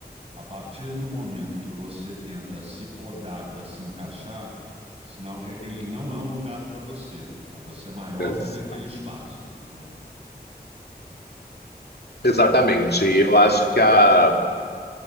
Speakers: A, on the right; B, on the left.
A: a partir do momento que você tenta se podar para se encaixar, sinal que aquele não é um lugar para você. Aí você é maior
B: exa-
A: do que aquele espaço, entendeu?
B: Exatamente. E eu acho que a